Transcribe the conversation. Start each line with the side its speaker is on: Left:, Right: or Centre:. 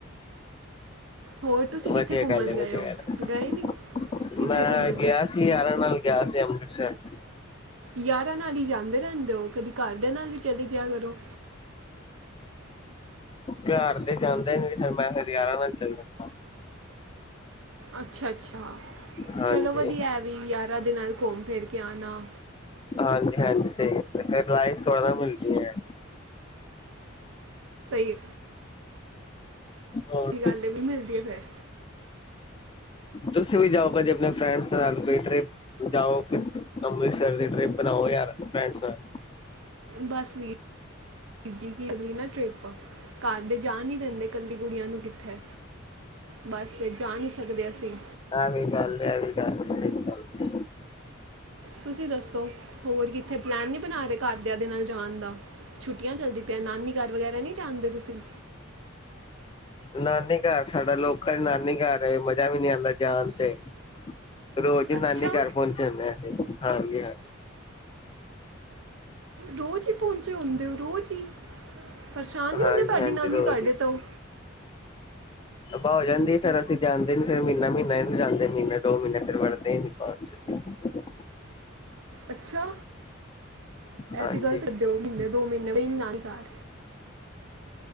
Right: ਹੋਰ ਤੁਸੀਂ ਕਿੱਥੇ
Left: ਵਧੀਆ
Right: ਘੁੰਮਣ
Left: ਗੱਲ, ਵਧੀਆ
Right: ਗਏ ਹੋ
Left: ਗੱਲ,
Right: ਗਏ ਨਹੀਂ ਕਿੱਥੇ
Left: ਮੈਂ
Right: ਘੁੰਮਣ
Left: ਗਿਆ ਸੀ ਯਾਰਾਂ ਨਾਲ ਗਿਆ ਸੀ। ਅੰਮ੍ਰਿਤਸਰ।
Right: ਯਾਰਾਂ ਨਾਲ ਹੀ ਜਾਂਦੇ ਰਹਿੰਦੇ ਹੋ, ਕਦੀ ਘਰ ਦੇ ਨਾਲ ਵੀ ਚਲ ਜਾਈਏ ਕਰੋ।
Left: ਘਰ ਦੇ ਜਾਂਦਾ ਹੀ ਨਹੀਂ, ਫੇਰ ਮੈਂ ਯਾਰਾਂ ਨਾਲ ਚੱਲ ਜਾਣਾ।
Right: ਅੱਛਾ-ਅੱਛਾ,
Left: ਹਾਂਜੀ
Right: ਚਲੋ ਵਧੀਆ ਐ ਵੀ ਯਾਰ। ਸਾਡੇ ਨਾਲ ਘੁੰਮ ਫਿਰ ਕੇ ਆਉਣਾ।
Left: ਹਾਂਜੀ-ਹਾਂਜੀ, ਸਹੀ ਗੱਲ ਹੈ ਫੇਰ ਲਾਈ ਥੋੜਾ। ਬੋਲਦੀ ਹੈ।
Right: ਸਹੀ।
Left: ਹੋਰ
Right: ਦੀ ਗੱਲ ਇਹ ਵੀ ਮਿਲਦੀ ਹੈ ਫਿਰ।
Left: ਤੁਸੀਂ ਵੀ ਜਾਓ ਕਦੇ ਆਪਣੇ ਫਰੈਂਡਸ ਨਾਲ, ਕੋਈ ਟ੍ਰਿਪ ਜਾਓ, ਅੰਮ੍ਰਿਤਸਰ ਦੀ ਟ੍ਰਿਪ ਬਣਾਓ ਯਾਰ ਫਰੈਂਡਜ ਨਾਲ।
Right: ਬਸ ਵੀਰ ਜੀ, ਕਿਹੜੀ ਨਾ ਟ੍ਰਿਪ ਘਰ ਦੇ ਜਾਣ ਨੀ ਦਿੰਦੇ ਇਕੱਲੀ ਕੁੜੀਆਂ ਨੂੰ, ਕਿੱਥੇ ਬਸ ਵਿੱਚ ਆ ਨਹੀਂ ਸਕਦੇ ਅਸੀਂ।
Left: ਐ ਵੀ ਗੱਲ ਹੈ, ਐ ਵੀ ਗੱਲ ਹੈ, ਸਹੀ ਗੱਲ ਹੈ।
Right: ਤੁਸੀਂ ਦੱਸੋ? ਹੋਰ ਕਿੱਥੇ ਪਲੈਨ ਨਹੀਂ ਬਣਾ ਰਹੇ? ਘਰਦਿਆਂ ਦੇ ਨਾਲ ਜਾਣ ਦਾ, ਛੁੱਟੀਆਂ ਚੱਲਦੀ ਪਿਆ ਨਾਨੀ ਘਰ ਵਗੈਰਾ ਨਹੀਂ ਜਾਦੇ ਤੁਸੀਂ।
Left: ਨਾਨੀ ਘਰ, ਸਾਡਾ ਲੋਕਲ ਨਾਨੀ ਘਰ ਏ, ਮਜਾ ਵੀ ਨੀ ਆਉਂਦਾ ਜਾਣ ਤੇ। ਰੋਜ਼ ਹੀ
Right: ਅੱਛਾ
Left: ਨਾਨੀ ਘਰ ਪਹੁੰਚਾ ਹੁਣਾ। ਤੇ ਹਾਂਜੀ-ਹਾਂਜੀ।
Right: ਰੋਜ਼ ਹੀ ਪਹੁੰਚੇ ਹੁੰਦੇ ਹੋ ਰੋਜ਼ ਹੀ। ਪਰੇਸ਼ਾਨ ਨੀ ਹੁੰਦੇ
Left: ਹਾਂਜੀ
Right: ਤੁਹਾਡੀ
Left: ਹਾਂਜੀ
Right: ਨਾਨੀ
Left: ਰੋਜ਼
Right: ਤੁਹਾਡੇ ਤੋਂ?
Left: ਦਫ਼ਾ ਹੋ ਜਾਂਦੀ ਫੇਰ ਅਸੀਂ ਜਾਂਦੇ ਨਹੀਂ ਫਿਰ ਮਹੀਨਾ ਮਹੀਨਾ ਹੀ ਜਾਂਦੇ ਮਹੀਨੇ ਦੋ ਮਹੀਨੇ ਫਿਰ ਵੜਦੇ ਨਹੀਂ ਬਾਅਦ 'ਚ।
Right: ਅੱਛਾ।
Left: ਹਾਂਜੀ
Right: ਇਹ ਤੇ ਗਲਤ ਕਰਦੇਓ ਹੋ ਮਹੀਨੇ ਦੋ ਮਹੀਨੇ। ਨੇੜੇ ਨੇ ਨਾਨਕੇ ਘਰ?